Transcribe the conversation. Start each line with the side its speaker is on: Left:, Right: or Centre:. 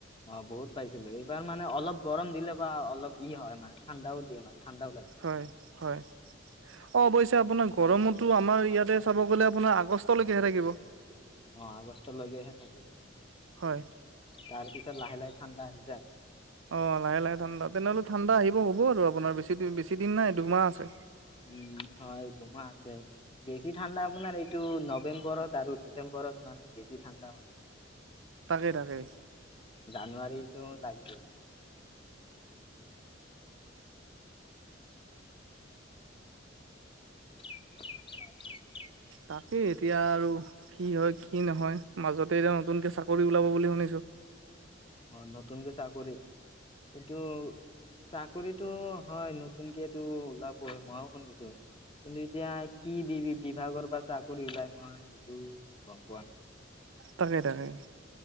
Left: অ, বহুত পাইছিলো এই এইবাৰ মানে অলপ গৰম দিলে বা অলপ ই হয় মানে ঠাণ্ডাও দিয়ে মানে। ঠাণ্ডাও লাগে।
Right: হয়- হয় অ, অৱশ্যে আপোনাক গৰমতো আমাৰ ইয়াতে চাব গলে আপোনাৰ আগষ্টলৈকেে থাকিব।
Left: অ, আগষ্টলৈকেহে থাকে।
Right: হয়।
Left: তাৰ পিছত লাহে - লাহে ঠাণ্ডা আহি যায়।
Right: অ, লাহে - লাহে ঠাণ্ডা তেনেহ'লে ঠাণ্ডা আহিব হ'ব আৰু আপোনাৰ বেছি - বেছি দিন নাই দুমাহ আছে।
Left: উম, হয় দুোমাহ আছে বেছি ঠাণ্ডা আপোনাৰ এইটো নৱেম্বৰত আৰু ডিচেম্বৰ ওৰত মানে বেছি ঠাণ্ডা মানে।
Right: তাকেই - তাকেই।
Left: জানুৱাৰীতো লাগি দেখি ঠাডা <inaudible>
Right: তাকেই এতিয়া আৰু কি হয় কি নহয় মাজতে এতিয়া নতুনকে চাকৰি ওলাব বুলি শুনিছো।
Left: অ, নতুনকে চাকৰি এইটো চাকৰিতটো হয় নতুনকো ওলাবই মইও শুনিছো। কিন্তু এতিয়া কি বি বিভাগৰ পৰা চাকৰি ওলাই মই সেইটো গম পোৱা নাই।
Right: তাকে - তাকে